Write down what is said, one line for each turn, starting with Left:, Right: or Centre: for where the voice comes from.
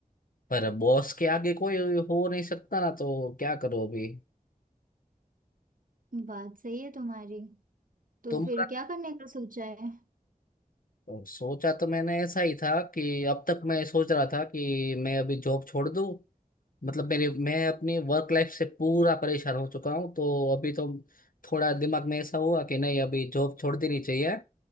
Left: पर बॉस के आगे कोई हो नहीं सकता ना तो क्या करूँ अभी
Right: बात सही है तुम्हारी तो
Left: तुम
Right: फिर क्या करने का सोचा है
Left: तो सोचा तो मैंने ऐसा ही था कि अब तक मैं सोच रहा था कि मैं अभी जॉब छोड़ दूं मतलब मेरे मैं अपनी वर्क लाइफ से पूरा परेशान हो चुका हूं तो अभी तो थोड़ा दिमाग में ऐसा हुआ कि नहीं अभी जॉब छोड़ देनी चाहिए